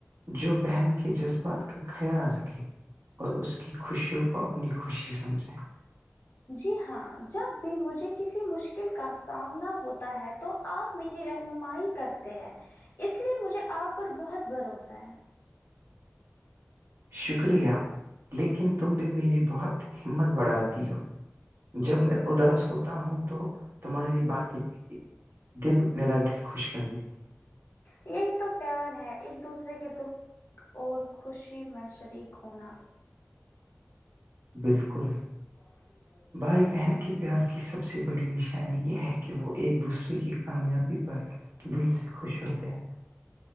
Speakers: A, on the right (about 65°); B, on the left (about 65°).
A: جو بہن کے جذبات کا خیال رکھے اور اس کی خوشیوں کو اپنی خوشی سمجھے
B: جی ہاں جب بھی مجھے کسی مشکل کا سامنا ہوتا ہے تو آپ میری رہنمائی کرتے ہیں اس لیے مجھے آپ پر بہت بھروسہ ہے
A: شکریہ لیکن تم بھی میری بہت ہمت بڑھاتی ہو جب میں اداس ہوتا ہوں تو تمہاری بات میری دل میرا دل خوش کر دیتی ہے
B: یہی تو پیار ہے ایک دوسرے کے دو اور خوشی میں شریک ہونا
A: بالکل
B: <inaudible>
A: بھائی بہن کے پیار کی سب سے بڑی نشانی یہ ہے کہ وہ ایک دوسرے کی کامیابی پر دل سے خوش ہوتے ہیں <inaudible>